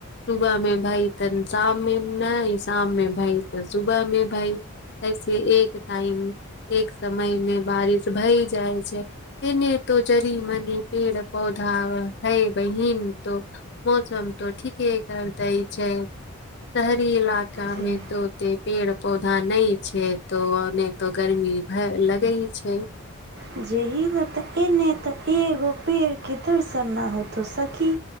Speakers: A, on the left; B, on the right.
A: सुबहमे भई तऽ शाममे नहि शाममे भइ तऽ सुबहमे भई ऐसे एक टाइम एक समयमे बारिश भई जाइ छै। एने तो जरी मनी पेड़ पौधा है, बहिन तो मौसम तऽ ठीके कर दै छै। शहरी इलका
B: जे
A: मे तो ओते पेड़ पौधा नई छै, तऽ ओ तो गर्मी भऽ लगै छै।
B: जाहि लेल तऽ एने तऽ एगो पेड़के दर्शन नहि होतो, सखी,